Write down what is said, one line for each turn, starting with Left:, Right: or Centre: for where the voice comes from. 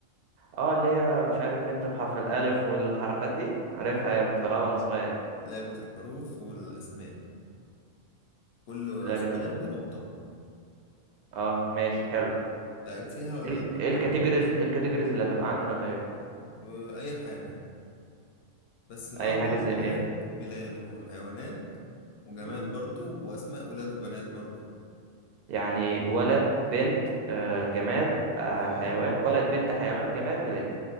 Right: اه اللي هي مش عارف بنت بحرف الالف والحركات دي عارفها
Left: ايوه
Right: ايوه كنت بلعبها وانا صغير
Left: لعبة الحروف والاسماء كل
Right: لعبة
Left: سؤال
Right: ال...
Left: بنقطة
Right: اه ماشي حلو
Left: لعيب فيها ولا
Right: ال- ايه الكاتيجوريز ايه الكاتيجوريز اللي هتبقى عندنا طيب
Left: بأي حاجة بس الافضل
Right: اي حاجة
Left: بلاد
Right: زي ايه
Left: بلاد وحيوانات وجماد
Right: مم.
Left: برضو واسماء ولاد وبنات برضو
Right: يعني ولد بنت آه جماد آه
Left: حيوان
Right: حيوان ولد بنت حيوان جماد بلاد